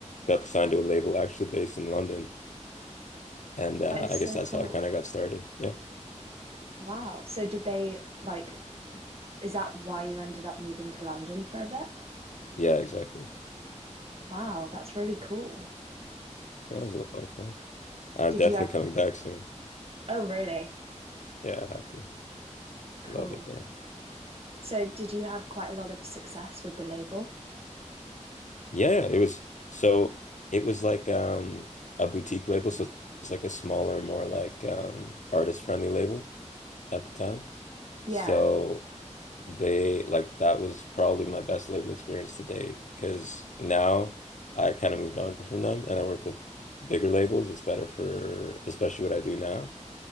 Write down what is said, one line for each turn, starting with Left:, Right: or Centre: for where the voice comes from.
Left: Got signed to a label actually based in London. And uh,
Right: That is
Left: I
Right: so
Left: guess that's
Right: cool.
Left: how I kind of got started. Yeah.
Right: Wow. So did they like is that why you ended up moving to London for a bit?
Left: Yeah, exactly.
Right: Wow, that's really cool.
Left: That was a lot of fun. I'm
Right: Did
Left: definitely
Right: you have
Left: coming back soon.
Right: Oh really?
Left: Yeah, I have to. Love
Right: Cool.
Left: it there.
Right: So did you have quite a lot of success with the label?
Left: Yeah, it was so it was like um a boutique label, so it's like a smaller, more like um artist friendly label at the time.
Right: Yeah.
Left: So they like that was probably my best label experience to date because now I kind of moved on from them and I work with bigger labels. It's better for especially what I do now.